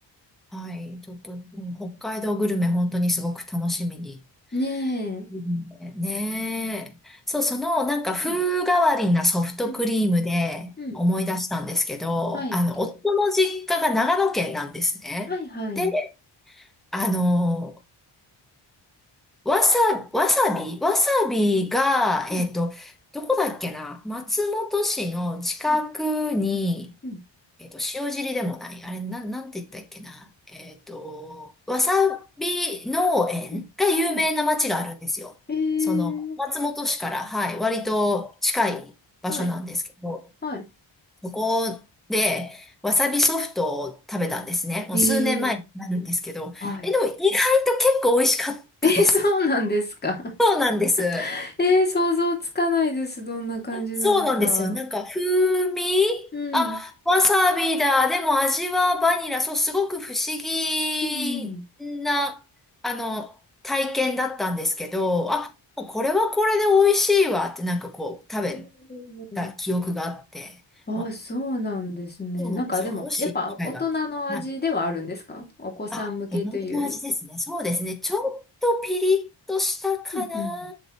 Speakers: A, in the centre; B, on the left.
A: はい。ちょっと、うん北海道グルメ本当にすごく楽しみに
B: ねえ。
A: うんねえ。そう、その、なんか風変わりなソフトクリームで思い出したんですけど、
B: うん、うん、うん。はい。
A: あの、夫の実家が長野県なんですね。
B: はい、はい。
A: で、あの、わさ、わさびわさびが、
B: うん、
A: えっと、どこだっけな松本市の近くに、
B: うん、うん、
A: えっと、塩尻でもない。あれ、なん、なんて言ったっけな。えっと、わさび農園が有名な町があるんですよ。
B: うん。うんえー
A: その、松本市から、はい、割と近い場所なんですけど、
B: はい、はい。
A: そこで、わさびソフトを食べたんですね。もう数年前になるんですけど、
B: えーはい。
A: え、でも意外と結構美味しかったです。
B: <laughs> えー、そうなんですか。
A: そうなんです。
B: <laughs> えー、想像つかないです。どんな感じなのか。
A: そうなんですよ。なんか、風味あ、
B: うん、
A: わさびだ。でも味はバニラ。そう、すごく不思議な、
B: うん、
A: あの、体験だったんですけど、あ、もうこれはこれで美味しいわって、なんかこう、食べ
B: うん。
A: た記憶があって、
B: <laughs> ああ、
A: まあ、
B: そうなんですね。
A: そうなんですよ。
B: なんかでも、
A: もし機会が。
B: やっぱ大人の味ではあるんですかお子さん向けというより。
A: はい。あ、大人の味ですね。そうですね。ちょっとピリッとしたかな。
B: うんうん